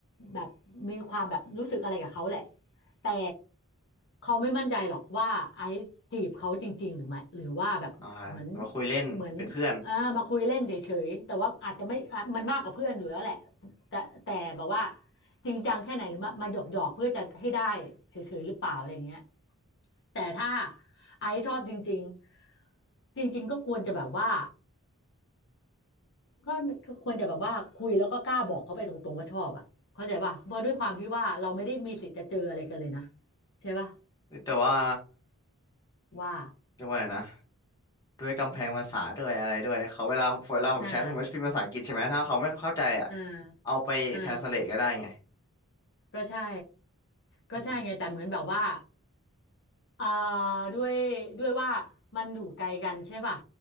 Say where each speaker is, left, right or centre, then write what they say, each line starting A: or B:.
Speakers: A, on the left; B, on the left.
A: แบบมีความแบบรู้สึกอะไรกับเขาแหละแต่เขาไม่มั่นใจหรอกว่าไอ้จีบเขาจริงๆหรือไม่หรือว่าแบบเหมือน
B: อ่ามาคุยเล่นเป็นเพื่อน
A: เหมือนเออมาคุยเล่นเฉยๆแต่ว่าอาจจะไม่อ่ะมันมากกว่าเพื่อนอยู่แล้วแหละแต่แต่แบบว่าจริงจังแค่ไหนหรือมามาหยอกหยอกเพื่อจะให้ได้เฉยๆหรือเปล่าอะไรอย่างเงี้ยแต่ถ้าไอซ์ชอบจริงๆจริงๆก็ควรจะแบบว่า ก็ก็ควรจะแบบว่าคุยแล้วก็กล้าบอกเขาไปตรงๆว่าชอบอ่ะเข้าใจป่ะเพราะด้วยความที่ว่าเราไม่ได้มีสิทธิ์จะเจออะไรกันเลยนะใช่ป่ะ
B: เอ้ยแต่ว่า
A: ว่า
B: เรียกว่าอะไรนะด้วยกำแพงภาษาด้วยอะไรด้วยเขาเวลาเวลาผมแชทผมก็จะพิมพ์ภาษาอังกฤษใช่ไหมถ้าเขาไม่เข้าใจอ่ะ
A: อ่า อ่า
B: เอาไป
A: อ่า
B: translate ก็ได้ไง
A: ก็ใช่ก็ใช่ไงแต่เหมือนแบบว่า
B: อืม
A: เอ่อด้วยด้วยว่ามันอยู่ไกลกันใช่ป่ะ